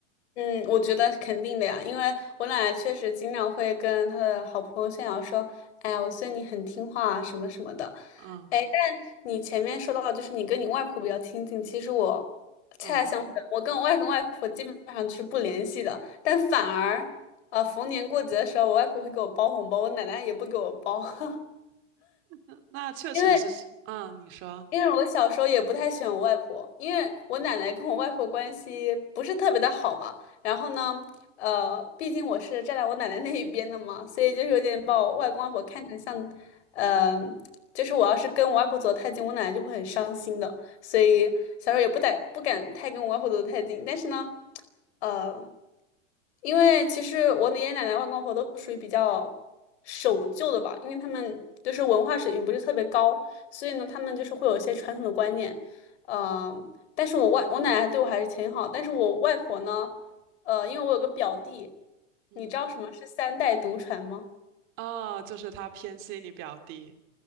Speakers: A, on the left; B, on the right.
A: 嗯，我觉得肯定的呀，因为我奶奶确实经常会跟她的好朋友炫耀说：“哎呀，我孙女很听话啊，什么什么的。”
B: 嗯
A: 哎，但你前面说到，就是你跟你外婆比较亲近，其实我恰恰相反，
B: 嗯，
A: 我跟我外公外婆基本上就是不联系的，但反而，呃，逢年过节的时候，我外婆会给我包红包，我奶奶也不给我包，<laughs>
B: 那那确实是，
A: 因为
B: 嗯，你说，
A: 因为我小时候也不太喜欢我外婆，因为我奶奶跟我外婆关系不是特别的好吧。然后呢，呃，毕竟我是站在我奶奶那一边的嘛，所以就是有点把我外公外婆看成像，呃，就是我要是跟我外婆走得太近，我奶奶就会很伤心的。所以小时候也不敢不敢太跟我外婆走得太近。但是呢，呃。因为其实我爷爷奶奶、外公外婆都属于比较守旧的吧，因为他们就是文化水平不是特别高，所以呢，他们就是会有一些传统的观念。嗯、但是我外我奶奶对我还是挺好，但是我外婆呢，呃，因为我有个表弟，
B: 嗯，
A: 你知道什么是三代独传吗？
B: 哦，就是他偏心你表弟，